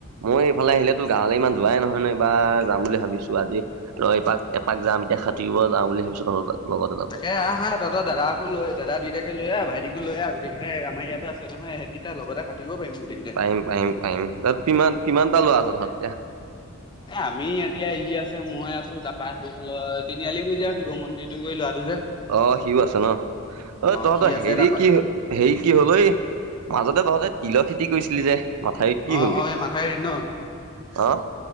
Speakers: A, on the right; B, on the left.
A: মই এইফালে আহিলেতো গাঁৱলে ইমান যোৱাই নহয় ন এইবাৰ যাম বুলি ভাবিছো আজি। ত এপাক - এপাক যাম এতিয়া সাতুৰিব যাম বুলি ভাবিছো তহঁতৰ তাত। লগতে তাতে
B: তাকে আহাঁ আহ তহতৰ দাদাকো লৈ দাদা দুইটাকে লৈ আহ ভাইটিকো লৈ আহ। গোটেইকেইটাই আমাৰ ইয়াতো আছে নহয় ইহঁত কেইটা লগতে সাঁতুৰিব পাৰিম। গোটেইকেইটাই।
A: পাৰিম পাৰিম পাৰিম তাত কিমান কিমানটা লৰা আছ তহঁত এতিয়া?
B: এ আমি এতিয়া ই আছে, মই আছো তাৰপৰা সেইফালত তিনিআলি গুৰি যে শিৱ মন্দিৰটো গুৰি ল'ৰাটো যে।
A: অ', সিও আছে ন, ' অ' তহঁতৰ
B: সি আছে
A: হেৰি
B: তাৰপা
A: কি হেৰি কি হ'ল ঐ, মাজতে তহঁতে তিলৰ খেতি কৰিছিলি যে? মাথাউৰিত কি
B: অ',
A: হ'লগে
B: অ', এই মাথাউৰিত ন'?
A: অ